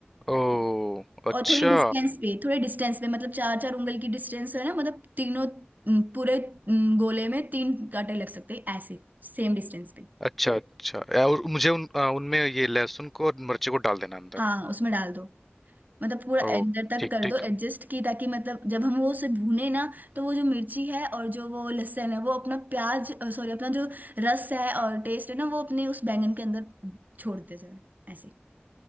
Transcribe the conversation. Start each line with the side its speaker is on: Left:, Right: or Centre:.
Centre: ओ अच्छा
Right: और थोड़ी डिस्टेंस पे थोड़े डिस्टेंस पे मतलब चार चार उंगल की डिस्टेंस है ना मतलब तीनों अम, पूरे अम, गोले में तीन कांटे लग सकते हैं ऐसे सेम डिस्टेंस पे
Centre: अच्छा अच्छा या, और मुझे उन, आ, उनमें ये लहसुन को और मिर्ची को डाल देना अंदर
Right: हाँ उसमें डाल दो मतलब पूरा
Centre: ओ
Right: अंदर तक
Centre: ठीक
Right: कर
Centre: ठीक
Right: दो एडजस्ट की ताकि मतलब जब हम वो उसे भूने ना तो वो जो मिर्ची है और जो वो लहसुन है वो अपना प्याज सॉरी अपना जो रस है और टेस्ट है ना वो अपने उस बैंगन के अंदर छोड़ते जाए ऐसे